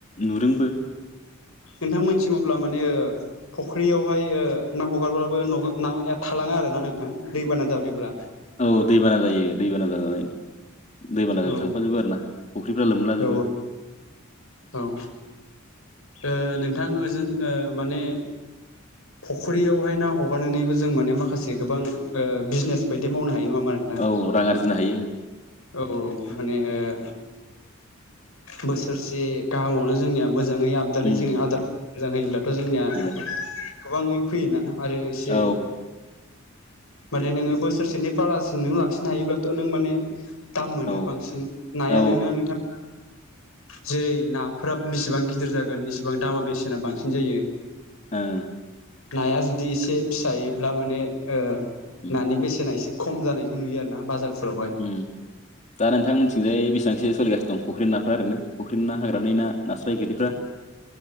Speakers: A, on the left; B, on the left.
A: नुदोंबो।
B: नोंथांमोननिथिं अब्ला माने फुख्रियावहाय ओ ना हगारब्लााबबो नाया थालाङा आरोना नोंथां दैबाना जादोंब्ला।
A: औ दैबाना जायो दैबाना जानानै दैबानाजों
B: औ
A: थांफाजोबो आरोना। फुख्रिफ्रा लोमलाजोबो।
B: औ औ ओ नोंथां ओजों ओ माने फख्रियावहाय ना हगारनानैबो जों माने माखासे गोबां ओ बिजनेस बायदि मावनो हायो नङा होनबा नों
A: औ रां आरजिनो हायो।
B: औ औ माने ओ बोसोरसे गाहामावनो जोंनिया मोजाङै आबदालै
A: उम
B: जोङो आदार मोजां होयोब्ला थ' जोंनिया
A: मोजां
B: गोबाङै फैयोना आरो एसे
A: औ
B: माने नोङो बोसोरसेनि बारासिन नों लाखिनो हायोब्लाथ' नों माने दाम मोनो
A: औ
B: बांसिन, नाया
A: औ
B: नोंना नोंथां जेरै नाफोरा बेसेबां गिदिर जागोन इसेबां दामा बेसेना बांसिन जायो।
A: ओं।
B: नाया जुदि एसे फिसायोब्ला माने ओ
A: उम
B: नानि बेसेना एसे खम जानायखौ नुयो आरो ना बाजारफोरावहाय।
A: उम दा नोंथां मोननिथिंजाय बेसेबांसो सोलिगानो दं फख्रि नाफ्रा ओरैनो फख्रि ना हाग्रानि ना नास्राय गोरिफ्रा?